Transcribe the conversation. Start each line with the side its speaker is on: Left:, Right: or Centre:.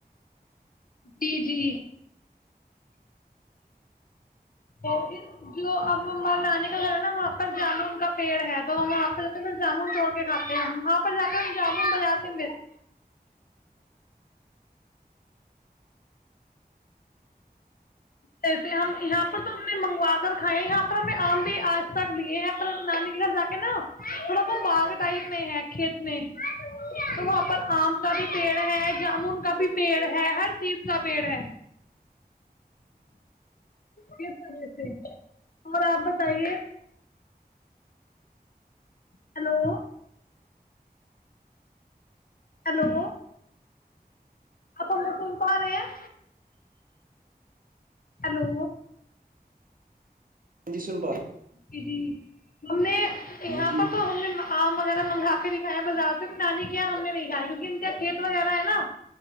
Left: جی جی اور جو اب ہمار نانی کا گھر ہے نا وہاں پر جامن کا پیڑ ہے تو ہم وہاں پ جات جامن توڑ کے کھاتے ہیں وہاں پر جا کے ہم جامن بجاتے جسے ہم یہاں پر تو ہم نے منگوا کر کھائے ہیں یہاں پر ہمیں آم بھی آج تک لیے ہیں پر نانی کے گھر جا کے نا تھوڑا وہ باغ ٹائپ میں ہے کھیت میں تو وہاں پر آم کا بھی پیڑ ہے جامن کا بھی پیڑ ہے ہر چیز کا پیڑ ہے کس وجہ سے اور آپ بتائیے ہیلو ہلو آپ م فوم پا رہے ہیں ہلو
Right: ہاں جی سن پال
Left: جری ہم نے یہاں
Right: جی
Left: پر تو ہم نے آؤ مگر منگا کر نہیںکھایا بازار سے نانی کیا ہم نے نہیں کایا کیونکہ ان کا کھیت وغیرہ ہے نا